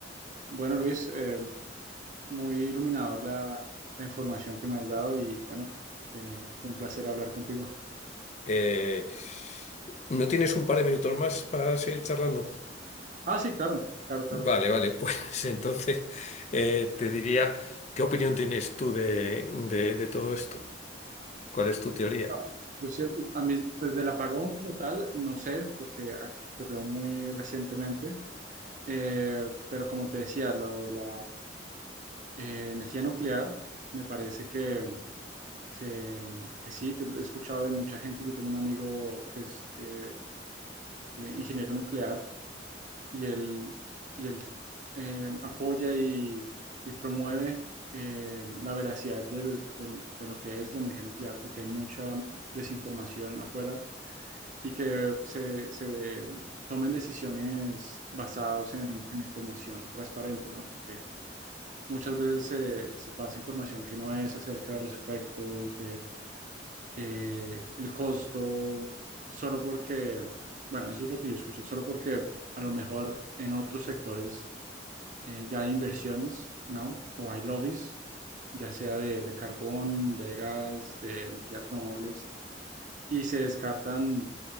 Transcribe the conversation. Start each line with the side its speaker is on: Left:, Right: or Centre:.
Right: Bueno, Luis, eh, muy iluminador la, la información que me has dado y bueno, eh, fue un placer hablar contigo.
Left: Eh, ¿no tienes un par de minutos más para seguir charlando?
Right: Ah, sí, claro, claro, claro.
Left: Vale, vale, pues <laughs> entonces eh, te diría, ¿qué opinión tienes tú de, de de todo esto? ¿Cuál es tu teoría?
Right: No, yo siempre- a mí, pues del apagón como tal, no sé, porque ah, ocurrió muy recientemente, Eh, pero como te decía, lo de la eh, energía nuclear, me parece que, que, que sí, que lo he escuchado de mucha gente. Yo tengo un amigo que es eh, eh, ingeniero nuclear, y él, y él eh, apoya y, y promueve eh, la veracidad del- del- de lo que es la energía nuclear, porque hay mucha desinformación afuera y que se, se tomen decisiones basadas en, en la información transparente, ¿no? Porque muchas veces se, se pasa información que no es acerca de los efectos, eh, el costo, solo porque, bueno, eso es lo que yo escuché, solo porque a lo mejor en otros sectores eh, ya hay inversiones, ¿no? O hay lobbies, ya sea de, de carbón, de gas, de energías renovables, y se descartan